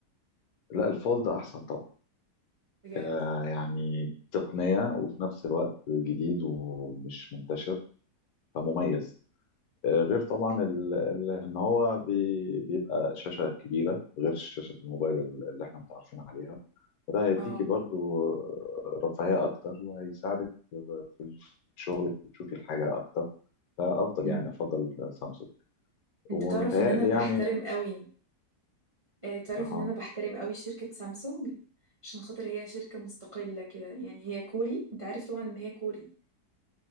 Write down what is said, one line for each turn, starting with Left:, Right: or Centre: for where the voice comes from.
Left: لا الفولد أحسن طبعا
Right: بجد
Left: ك- يعني تقنية وفي نفس الوقت جديد ومش منتشر فمميز آه، غير طبعا ال- ال- ان هو بي- بيبقى شاشة كبيرة غير شاشة الموبايل ال- اللي احنا متعرفين عليها فده هيديكي
Right: اه
Left: برضو رفاهية اكتر وهيساعدك في في شغلك وتشوفي الحاجة اكتر فافضل
Right: مم.
Left: يعني افضل سامسونج
Right: انت
Left: ومتهيألي
Right: تعرف ان انا بحترم
Left: يعني
Right: قوي اه تعرف
Left: اه
Right: ان انا بحترم قوي شركة سامسونج عشان خاطر هي شركة مستقلة كده يعني هي كوري انت عارف طبعا ان هي كوري